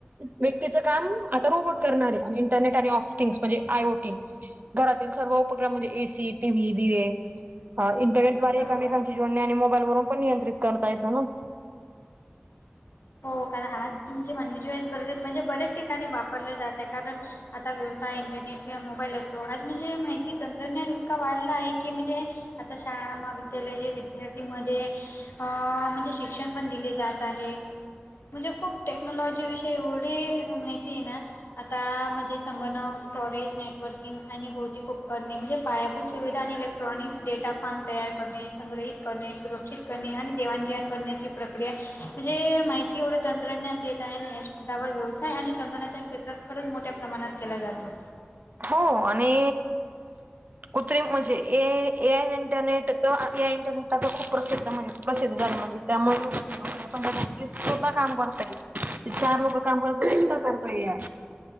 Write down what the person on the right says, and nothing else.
व्यक्तीचं काम आता रोबोट- करणार ए. आणि इंटरनेट आणि ऑस्टिंग म्हणजे आय ओ टी घरातील सर्व उपक- ए सी, टी व्ही, दिवे इंटरनेटद्वारे
एकामेकांची - जोडणे आणि मोबाईल वरून पण नियंत्रित करतायेत म्हणून -
हो आणि कृत्रिम म्हजे एय इंटरनेट तरं एय इंटरनेटला तरं खूंप प्रसिद्ध म्हणजेप प्रसिद्ध झालं म्हणजे मुळेधा कामं करतां ये चार कामं करतो एकटां करतोय यां